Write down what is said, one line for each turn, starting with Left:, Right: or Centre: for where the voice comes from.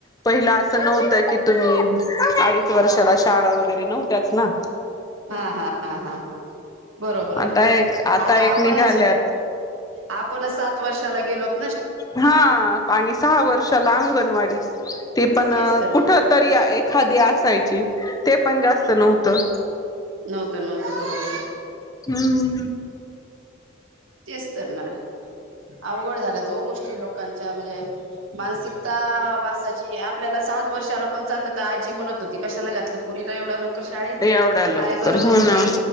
Left: पहिला असं नव्हतं की तुम्ही अडीच वर्षाला शाळा वगैर वैर नव्हत्याच ना
Right: हा हा हा हा हा बरोबर आहे
Left: आता एक
Right: आता
Left: एक
Right: आपणच
Left: निघाल्यात
Right: आपण सात वर्षाला गेलोतो
Left: हा आणि सहा वर्षाला अंगणवाडी ते पण
Right: तेच तर
Left: कुठ तरी खादी असायची ते पण जास्त नव्हतं
Right: नव्हतं नव्हतं बरोबर
Left: हम्म
Right: तेच तर ना अवघड झाल्यात गोष्टी लोक क म्हणजे मानसिकता माणसाची आपल्याला सात वर्षाला पण चालल आजी म्हण कशाला घातलं पुरीला एवढा लोक शाळेत
Left: एवढ्या लवकर
Right: काय गरज
Left: हो
Right: होती
Left: ना